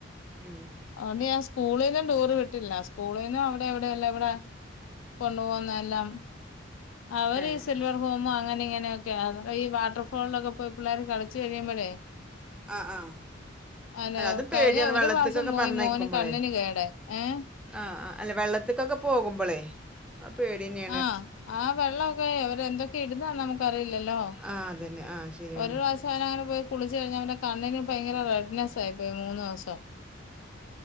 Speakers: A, in the centre; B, on the left.
A: ഉം.
B: അതോണ്ട് ഞാൻ സ്കൂളിലും ടൂറ് വിട്ടില്ല സ്കൂളിന്നും അവ്ടെ എവ്ടെ എല്ലാവ്ടേ കൊണ്ടു പോകുന്നഎല്ലാം അവര്
A: ഏഹ്
B: സിൽവർഹോ കുമ്പോ അങ്ങനെ ഇങ്ങനെയൊക്കെ ആര്ന്നു ഈ വാട്ടർഫോളിലൊക്കെ പോയി പിള്ളാർ കളിച്ച് കഴിയുമ്പഴേ
A: ആഹ് ആഹ്
B: ഹലോ
A: അല്ല അതും
B: കഴിഞ്ഞ
A: പേടിയാണ്
B: ഒരു
A: വെള്ളത്തിക്കൊക്കെ
B: മാസം പോയി
A: പറഞ്ഞയക്കുമ്പോളേ
B: മോന് കണ്ണിന് കേടെ ഏഹ്
A: ആഹ് ആഹ് അല്ലെ വെള്ളത്ത്ക്കൊക്കെ പോകുമ്പോളെ അ പേടിയന്നെ
B: ആഹ് ആ വെള്ളവൊക്കെ അവരെന്തൊക്കെ ഇടുന്നന്ന് നമുക്കറിയില്ലല്ലോ
A: ആഹ് അതെന്നെ ആ ശരിയാണ്
B: ഒരു പ്രാവശ്യം അവനങ്ങനെ പോയി കുളിച്ച് കഴിഞ്ഞ അവന്റെ കണ്ണിന് ഭയങ്കര റെഡ്നെസ് ആയി പോയി മൂന്നൊസം.